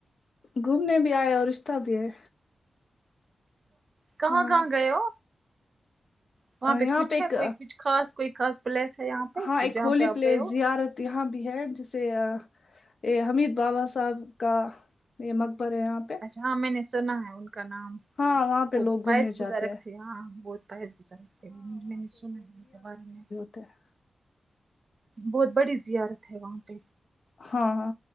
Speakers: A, on the left (about 55°); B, on the right (about 50°).
A: گھومنے بھی آئے اور رشتہ بھی ہے
B: کہاں
A: ہاں
B: کہاں گںیے ہو وہاں پہ
A: یہاں
B: کچھ
A: ایک
B: ہے کوئی کچھ خاص کوئی خاص پلیس ہے یہاں پہ
A: ہاں ایک
B: جہاں
A: ہولی
B: پہ آپ
A: پلیس
B: گئے ہو
A: زیارت یہاں بھی ہے جسے یہ حمید بابا صاحب کا یہ مق برے یہاں پہ
B: حاں میں نے سنا ہے ان کا نام
A: ہاں وہاں پہ
B: وہ
A: لوگ
B: پائس
A: گھومنے جاتے
B: بزرگ
A: ہیں
B: تھے ہاں وہ پس گزرتے میں نے سنا ہے ان کے بارے میں
A: تو
B: بہت بڑی زیارت ہے وہاں پہ
A: ہاں